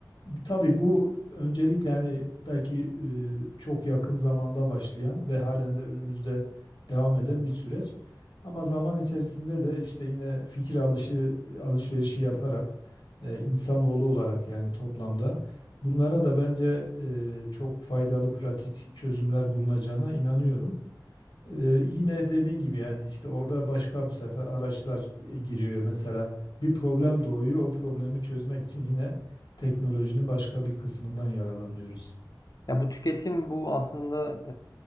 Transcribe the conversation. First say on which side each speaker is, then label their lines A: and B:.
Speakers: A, on the left; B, on the left.
A: Tabii bu öncelikle hani belki e, çok yakın zamanda başlayan ve halen de önümüzde devam eden bir süreç. Ama zaman içerisinde de işte yine fikir alışı e, alışverişi yaparak e, insanoğlu olarak yani toplamda bunlara da bence e, çok faydalı pratik çözümler bulunacağına inanıyorum. Ee, yine dediğin gibi yani işte orada başka bu sefer araçlar e, giriyor mesela bir problem doğuyor o problemi çözmek için yine teknolojinin başka bir kısmından yararlanıyoruz.
B: Ya bu tüketim bu aslında